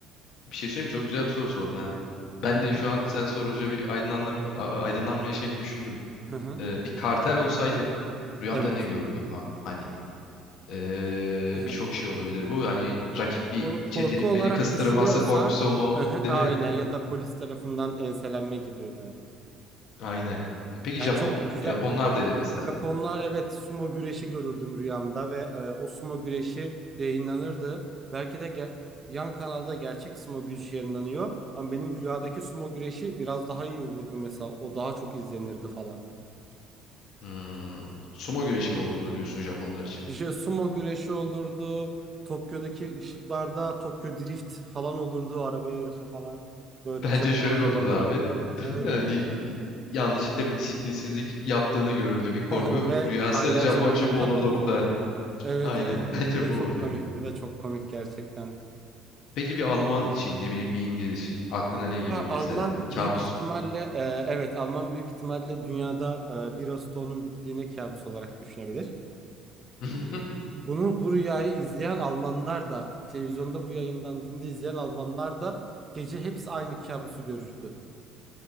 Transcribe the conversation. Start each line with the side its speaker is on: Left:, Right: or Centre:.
Left: Bir şey söyleyeyim mi? Çok güzel bir soru sordun ha. Ben
Right: Hı hı.
Left: de şu an sen sorunca bir aydınlanma, a- aydınlanma yaşayıp düşündüm.
Right: Hı hı.
Left: Ee, bir kartel olsaydım rüyamda
Right: Evet.
Left: ne görürdüm abi? Hani Ee,
Right: Hı hı.
Left: birçok şey olabilir bu. Hani rakip bir
Right: Kor- korku
Left: çetenin
Right: olarak
Left: beni kıstırması
Right: düşünüyorsan
Left: korkusu mu?
Right: hı hı, aynen
Left: Değil mi?
Right: ya da polis tarafından enselenme gibi mi?
Left: Aynen. E, Peki
Right: Yani
Left: Japon.
Right: çok güzel
Left: Japonlar dedim mesela.
Right: Japonlar evet sumo güreşi görürdüm rüyamda ve e, o sumo güreşi yayınlanırdı. Belki de ger- yan kanalda gerçek sumo güreşi yayınlanıyor ama benim rüyadaki sumo güreşi biraz daha iyi olurdu mesela. O daha çok izlenirdi falan.
Left: Hmm, sumo güreşi mi olurdu diyorsun Japonlar için?
Right: İşte sumo güreşi olurdu. Tokyo'daki ışıklarda Tokyo Drift falan olurdu. Araba yarışı falan.
Left: <laughs>
Right: Böyle
Left: Bence
Right: Japon
Left: şöyle
Right: arabaları.
Left: olurdu abi. <laughs>
Right: Neler
Left: Hani
Right: olurdu.
Left: yanlışlıkla bir disiplinsizlik yaptığını görürdü bir
Right: <laughs>
Left: korku
Right: Ve
Left: rüyası.
Right: aylarca
Left: Japon
Right: bunu
Left: için
Right: unutamazdı.
Left: bu olurdu muhtemelen.
Right: Evet
Left: Aynen.
Right: evet bu
Left: <laughs> Bence
Right: bu da
Left: bu
Right: çok
Left: olurdu
Right: komik.
Left: gibi.
Right: Bu da çok komik gerçekten.
Left: Peki bir Alman için ne bileyim bir İngiliz için aklına ne
Right: Ya
Left: geliyor mesela?
Right: Alman büyük
Left: Kabus.
Right: ihtimalle e, evet Alman büyük ihtimalle dünyada e, bir Ağustos'un bittiğini kabus olarak düşünebilir.
Left: <laughs>
Right: Bunu bu rüyayı izleyen Almanlar da televizyonda bu yayınlandığında izleyen Almanlar da gece hepsi aynı kabusu görürdü.